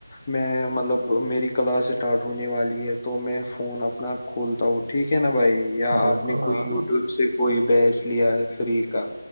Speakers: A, on the left; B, on the right.
A: میں مطلب میری کلاس اسٹارٹ ہونے والی ہے تو میں فون اپنا کھولتا ہوں ٹھیک ہے نا بھائی یا
B: بالکل
A: آپ نے
B: ہاں
A: کوئی یوٹیوب
B: ہاں
A: سے- کوئی بیچ لیا ہے فری کا-